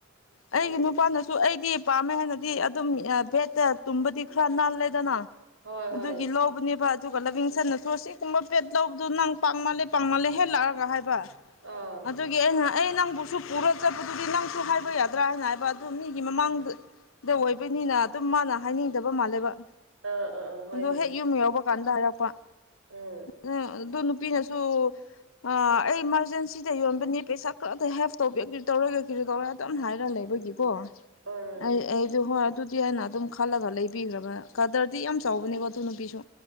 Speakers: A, on the right; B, on the left.
A: ꯅꯪ
B: ꯑꯩꯒꯤ ꯅꯨꯄꯥꯅꯁꯨ ꯑꯩꯗꯤ ꯄꯥꯝꯃꯦ ꯍꯥꯏꯅꯗꯤ ꯑꯗꯨꯝ ꯕꯦꯗꯠꯇ ꯇꯨꯝꯕꯗꯤ ꯈꯔ ꯅꯥꯜꯂꯦꯗꯅ
A: ꯍꯣꯏ ꯍꯣꯏ
B: ꯑꯗꯨꯒꯤ ꯂꯧꯕꯅꯦꯕ ꯑꯗꯨꯒ ꯂꯕꯤꯡꯁꯟꯅꯁꯨ
A: ꯎꯝ
B: ꯑꯁꯤꯒꯨꯝꯕ ꯄꯦꯠ ꯂꯧꯕꯗꯨꯣ ꯅꯪ ꯄꯥꯡꯃꯜꯂꯦ ꯄꯥꯡꯃꯜꯂꯦ ꯍꯦꯛ ꯂꯥꯛꯑꯒ ꯍꯥꯏꯕ
A: ꯑꯥ
B: ꯑꯗꯨꯒꯤ ꯑꯩꯅ ꯑꯩ ꯅꯪꯕꯨꯁꯨ ꯄꯨꯔ ꯆꯠꯄꯗꯨꯗꯤ ꯅꯪꯁꯨ ꯍꯥꯏꯕ ꯌꯥꯗ꯭ꯔꯥ ꯍꯥꯏꯅ ꯍꯥꯏꯕ ꯑꯗꯨ ꯃꯤꯒꯤ ꯃꯃꯥꯡꯗ ꯑꯣꯏꯕ ꯑꯗꯨꯣꯏꯅꯤꯅ ꯑꯗꯨꯝ ꯃꯥꯅ ꯍꯥꯏꯅꯤꯡꯗꯕ ꯃꯥꯜꯂꯦꯕ
A: ꯑꯥ ꯑꯥ ꯑꯥ ꯍꯣꯏꯅꯦ
B: ꯑꯣ ꯍꯦꯛ ꯌꯨꯝ ꯌꯥꯎꯕ ꯀꯥꯟꯗ ꯍꯥꯏꯔꯛꯄ
A: ꯎꯝ
B: ꯑꯗꯨ ꯅꯨꯄꯤꯅꯁꯨ ꯑ ꯑꯩ ꯏꯃꯥꯔꯖꯦꯟꯁꯤꯗ ꯌꯣꯟꯕꯅꯤ ꯄꯩꯁꯥ ꯀꯔꯗ ꯍꯦꯞ ꯇꯧꯕꯤ ꯇꯧꯔꯦꯒꯦ ꯀꯔꯤ ꯇꯧꯔꯦ ꯑꯗꯨꯝ ꯍꯥꯏꯔꯒ ꯂꯩꯕꯒꯤꯀꯣ
A: ꯎꯝ
B: ꯑꯩ ꯑꯩꯗꯤ ꯍꯣꯏ ꯑꯗꯨꯗꯤ ꯑꯩꯅ ꯑꯗꯨꯝ ꯈꯜꯂꯒ ꯂꯩꯕꯤꯈ꯭ꯔꯕ ꯀꯗꯔꯗꯤ ꯌꯥꯝ ꯆꯥꯎꯕꯅꯦꯀꯣ ꯑꯗꯨ ꯅꯨꯄꯤꯁꯨ